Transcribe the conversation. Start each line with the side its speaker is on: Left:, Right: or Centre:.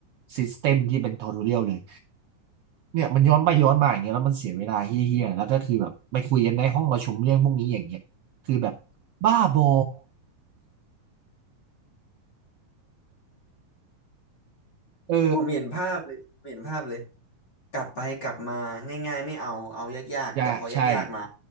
Right: ซิสเต็มที่เป็นทูทูเรียลเลย เนี่ยมันย้อนไปย้อนมาอย่างเงี้ยแล้วมันเสียเวลาเฮี้ยๆแล้วก็คือแบบไปคุยกันในห้องประชุมเรื่องพวกนี้อย่างเงี้ยคือแบบบ้าบอเออ
Left: ผมเห็นภาพเลยผมเห็นภาพเลยกลับไปกลับมาง่ายๆไม่เอาเอายากๆแต่พอยากๆมา
Right: อย่าใช่